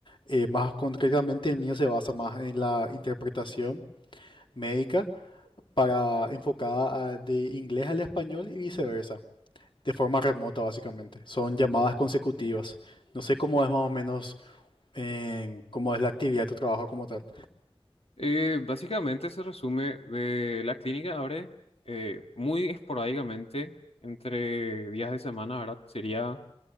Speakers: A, on the left; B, on the left.
A: Eh, más concretamente el mío se basa más en la interpretación médica para enfocada a- de inglés al español y viceversa, de forma remota básicamente. Son llamadas consecutivas. No sé cómo es más o menos en, cómo es la actividad de tu trabajo como tal.
B: Eh, básicamente se resume de la clínica abre eh, muy esporádicamente entre días de semana, ¿verdad? Sería,